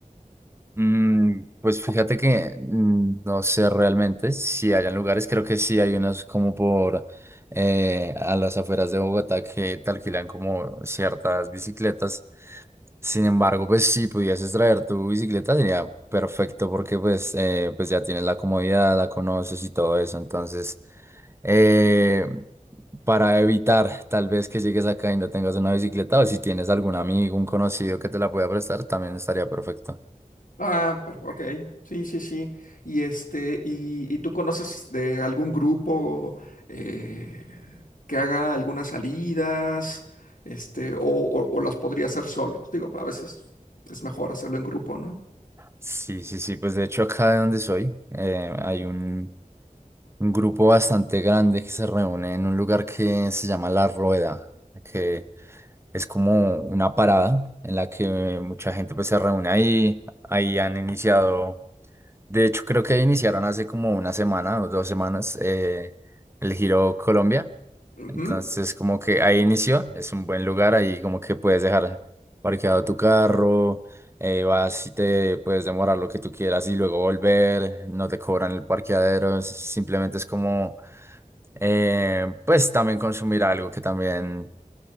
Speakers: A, on the right; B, on the left.
A: Mm, pues fíjate que mm, no sé realmente si hayan lugares, creo que sí hay unos como por eh, a las afueras de Bogotá que te alquilan como ciertas bicicletas. Sin embargo, pues si pudieses traer tu bicicleta sería perfecto porque pues, eh, pues ya tienes la comodidad, la conoces y todo eso. Entonces, eh, para evitar tal vez que llegues acá y no tengas una bicicleta o si tienes algún amigo, un conocido que te la pueda prestar, también estaría perfecto.
B: Ah, pero, ok, sí, sí, sí. Y este, y, y tú conoces de algún grupo eh, que haga algunas salidas, este, o, o- o las podría hacer solos. Digo, a veces es mejor hacerlo en grupo, no
A: Sí, sí, sí, pues de hecho acá de donde soy eh, hay un, un grupo bastante grande que se reúne en un lugar que se llama La Rueda, que es como una parada en la que mucha gente pues se reúne ahí, ahí han iniciado, de hecho creo que iniciaron hace como una semana o dos semanas eh, el Giro Colombia
B: Ujú.
A: entonces, como que ahí inició, es un buen lugar, ahí como que puedes dejar parqueado tu carro, eh, vas y te puedes demorar lo que tú quieras y luego volver, no te cobran el parqueadero, es- simplemente es como, eh, pues también consumir algo que también